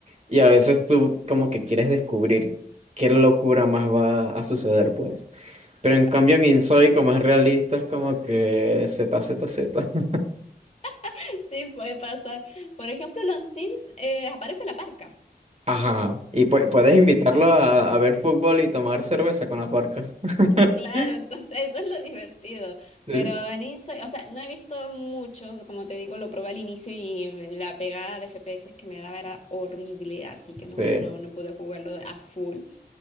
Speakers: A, on the right (about 40°); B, on the left (about 40°).
A: Y a veces tú como que quieres descubrir qué locura más va a suceder, pues. Pero
B: claro.
A: en cambio en Insoy, como es realista, es como que Z, Z, Z. <laughs>
B: <laughs> Sí, puede pasar. Por ejemplo, en los Sims eh, aparece la parca.
A: Ajá. Y pu- puedes invitarlo a, a ver fútbol y tomar cerveza con la parca. <laughs>
B: Claro, entonces <laughs> eso es lo divertido.
A: Sí.
B: Pero en Inside, o sea, no he visto mucho, como te digo, lo probé al inicio y mm, la pegada de FPS que me daba era horrible, así
A: Sí,
B: que no, no, no pude jugarlo a full.